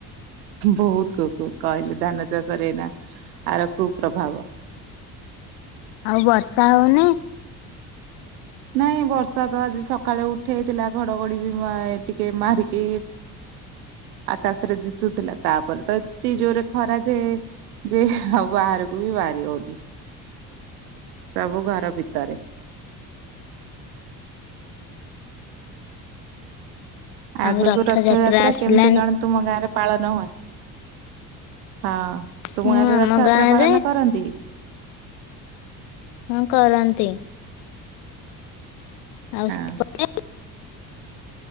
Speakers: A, on the right; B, on the left.
A: ବୋହୁତ୍ କୁ -କୁ କହିଲି ଧାନ ଚାଷ ରେ ନାଁ ଆର କୁ ପ୍ରଭାବ
B: ଆଉ ବର୍ଷା ହଉନି?
A: ନାଇଁ ବର୍ଷା ତ ଆଜି ସକାଳେ ଉଠେଇଥିଲା ଘଡଘଡି ବି ମା - ଟିକେ ମାରିକି ଆକାଶରେ ଦିଶୁଥିଲା ତାପରେ ତ ଏତେ ଜୋରେ ଖରା ବାହହାରକୁ ବି ବାହାରି ହୋଉନି। ସବୁ ଘର ଭିତରେ।
B: ଆଉ
A: ଆଗକୁ ରଥଯାତ୍ରା
B: ଆସିଲାଣି
A: କେମିତି କଣ ତୁମ ଗାଁ ରେ ପାଳନ ହୁଏ? ହଁ ତୁମ
B: ହଁ
A: ଗାଁ ରେ
B: ଆମ
A: ରଥ
B: ଗାଁ
A: ଯାତ୍ରା ପାଳନ
B: ରେ
A: କରନ୍ତି।
B: ହଁ କରନ୍ତି। ଆଉ
A: ହଁ।
B: ସେପଟେ